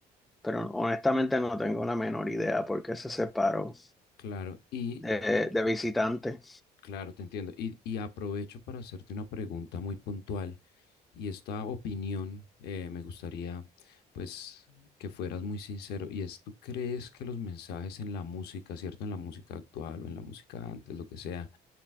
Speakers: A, in the centre; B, on the left (about 75°).
A: pero honestamente no tengo la menor idea por qué se separó
B: Claro, y
A: de, de visitante.
B: claro, te entiendo. Y, y aprovecho para hacerte una pregunta muy puntual. Y esta opinión eh, me gustaría pues que fueras muy sincero y es, ¿tú crees que los mensajes en la música, cierto, en la música actual o en la música antes, lo que sea,